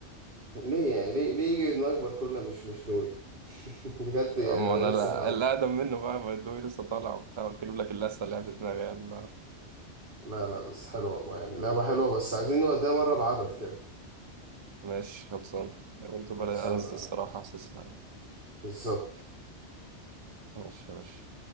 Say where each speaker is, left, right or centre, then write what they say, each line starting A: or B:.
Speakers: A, on the right; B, on the right.
A: ليه يعني ليه ليه يجي في دماغك باركولا مش مش دوي <laughs> بجد يعني
B: ما
A: أنا
B: انا
A: نفسي
B: لا-
A: أفهمها
B: الاقدم منه بقى ما دوي لسه طالع وبتاع قلت اجيب لك اللسه اللي هي في دماغي يلا
A: لا لا بس حلو والله يعني لعبة حلوة بس عايزين نوديها مرة بعدد كده
B: ماشي خلصان برضه
A: خلصانة
B: بلا ألذ
A: يا
B: الصراحه
A: ريس
B: حاسسها
A: بالظبط
B: ماشي يا باشا